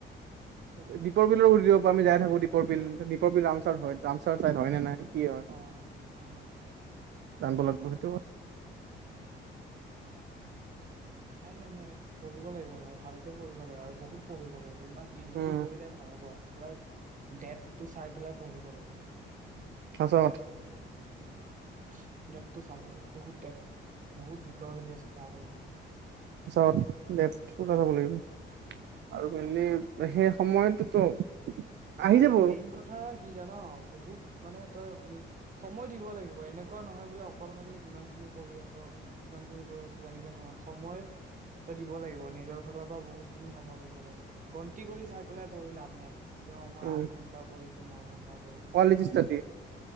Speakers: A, on the right (about 40°); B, on the right (about 60°).
A: সেইটোৱে,
B: এ দীপৰ বিলৰ সুধিব আমি যাই থাকোঁ দীপৰ বিল। দীপৰ বিল ৰামচাৰ হয়, ৰামচাৰ চাইট হয় নে নাই? কি হয়?
A: অ, অ,
B: ডাঙব লাগিব সেইটো
A: নাই, নাই, নাই। পঢ়িব লাগিব ভাই, ভালকে পঢ়িব লাগিব, আৰু বহুত পঢ়িব লাগিব। ইমান ইজিলি
B: উম
A: পঢ়িলে নহ'ব। পুৰা ডেপ্থটো চাই পেলাই পঢ়িব লাগিব।
B: আছা
A: উম ডেপ্থটো চাব লাগিব। বহুত ডেপ্থ, বহুত ভিতৰলৈকে সেইয়া কৰিব লাগিব।
B: পিছত ডেপ্থ ওলাব লাগিব। আৰু মানে সেই সময়টোতো, আহি
A: আৰু
B: যাব
A: মেইন কথা কি জান, বহুত মানে- তই সময় দিব লাগিব, এনেকুৱা নহয় বোলে অকল খালি ইমান খিনি পঢ়ি আছ, ইমান খিনি পঢ়ি আছ, তেনেকে নহয়। সময় তই দিব লাগিব নিজৰ ফালৰ পৰা বহুত খিনি সময় দিব লাগিব, গন্তি কৰি চাই পেলাই পঢ়ি লাভ নাই। অ মই
B: উম
A: আঠ ঘণ্টা পঢ়িছো, <unintelligible> ন ঘণ্টা- কৰিছো
B: কোৱালিটি
A: তেনেকে
B: ষ্টাডি
A: নহয়।